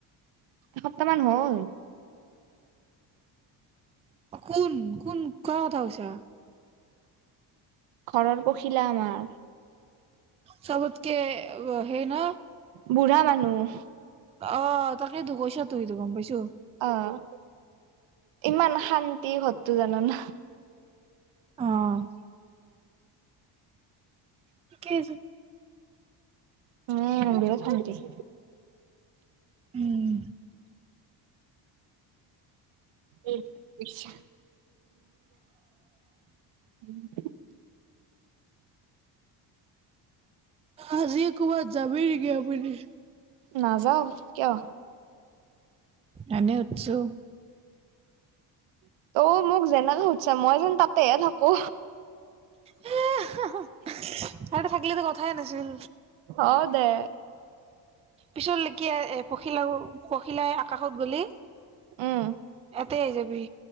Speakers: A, on the right; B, on the right.
A: এসপ্তাহ মান হল
B: কোন কোন কাৰ কথা কৈছা
A: ঘৰৰ পখিলা আমাৰ
B: চবতকে অ সেই ন
A: বুঢ়া মানুহ
B: অ তাকে দু পইছা তু সিটো গম পাইছো
A: অ'। ইমান শান্তি ঘৰতো জানানা।
B: অহ, ঠিকে আছে।
A: উম বহুত শান্তি। <inaudible>
B: উম,
A: <unintelligible> বুজিছা <unintelligible>
B: আজি কবাত যাবি নেকি আবেলি?
A: নাযাও কিয়?
B: এনে সুধছো।
A: <inaudible> অহ, মোক যেনেকে সুধচা মই যেন তাক সেয়া থাকো।
B: হে হা - হা - হা আৰু এটা থাকলিতো কথাই নাছিল।
A: অ', দে।
B: পিছৰ লেকি <unintelligible> পখিল আৰু। পখিলাই আকাশত গলি।
A: উম,
B: এতে আহি যাবি